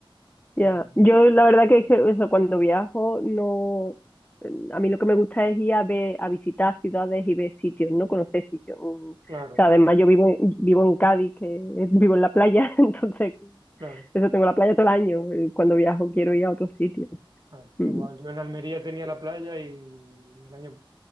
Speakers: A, on the left (about 20°); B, on the right (about 50°).
A: ya.
B: No,
A: Yo la verdad que, es que eso, cuando viajo no, mm, a mí lo que me gusta es ir a ver, a visitar ciudades y ver sitios, no conocer sitios. Mm, O
B: claro,
A: sea, además yo vivo en, vivo en Cádiz, que es- vivo en la playa, <laughs> entonces
B: claro,
A: eso tengo la playa todo el año. eh, Cuando viajo quiero ir a otros sitios.
B: A ver,
A: Mm,
B: igual, yo en Almería tenía la playa y el año,